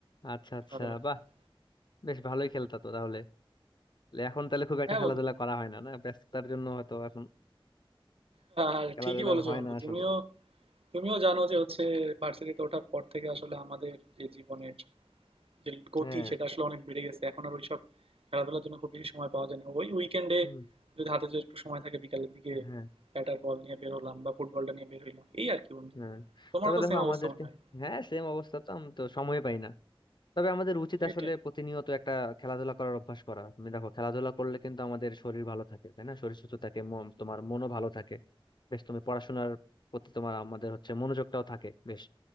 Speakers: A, on the left; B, on the right.
A: আচ্ছা আচ্ছা
B: খেলাধুলা করতে।
A: বাহ বেশ ভালোই খেলতা তো তাহলে তাহলে এখন তাহলে খুব একটা
B: হ্যাঁ
A: খেলাধুলা
B: বন্ধু
A: করা হয় না না ব্যস্ততার জন্য হয়তো এখন
B: আর
A: খেলাধুলার
B: ঠিকই বলেছো
A: হয়
B: বন্ধু
A: না আসলে
B: তুমিও তুমিও জানো যে হচ্ছে ভার্সিটিতে ওঠার পর থেকে আসলে আমাদের যে জীবনের যে গতি
A: হ্যাঁ
B: সেটা আসলে অনেক বেড়ে গেছে এখন আর ওইসব খেলাধুলার জন্য খুব বেশি সময় পাওয়া যায় না ওই উইকেন্ডে
A: হুম,
B: যদি হাতে যদি একটু সময় থাকে বিকালের দিকে
A: হ্যাঁ
B: ব্যাটার বল নিয়ে বের হলাম বা ফুটবলটা নিয়ে বের হইলাম এই আর কি বন্ধু
A: হ্যাঁ
B: তোমারও
A: তবে
B: তো
A: দেখো
B: সেম
A: আমাদেরকে
B: অবস্থা মনে হয়
A: হ্যাঁ সেম অবস্থা তো আমি তো সময় পাই না তবে আমাদের উচিত
B: সেটাই
A: আসলে প্রতিনিয়ত একটা খেলাধুলা করার অভ্যাস করা তুমি দেখো খেলাধুলা করলে কিন্তু আমাদের শরীর ভালো থাকে তাই না শরীর সুস্থ থাকে মন তোমার মনও ভালো থাকে বেশ তুমি পড়াশোনার প্রতি তোমার আমাদের হচ্ছে মনোযোগটাও থাকে বেশ